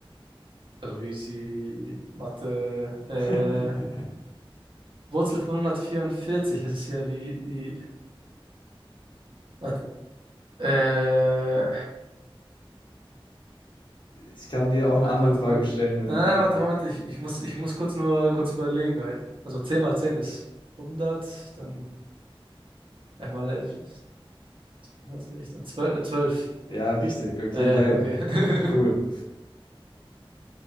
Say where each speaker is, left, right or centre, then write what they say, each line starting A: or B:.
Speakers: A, on the right; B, on the left.
A: Also easy Mathe. Äh,
B: <laughs>
A: Wurzel von hundertvierundvierzig. das ist ja wie die... Warte, äh,
B: Ich kann dir
A: Moment,
B: auch eine andere
A: warte,
B: Frage
A: Moment.
B: stellen, wenn...
A: Na, warte, Moment. Ich, ich muss, ich muss kurz nur kurz überlegen. Weil, also 10 mal 10 ist hundert. dann 11 mal 11 ist 20, dann zwölf? Äh, 12.
B: Ja, richtig, okay,
A: Ja, ja,
B: geil,
A: okay. <laughs>
B: cool.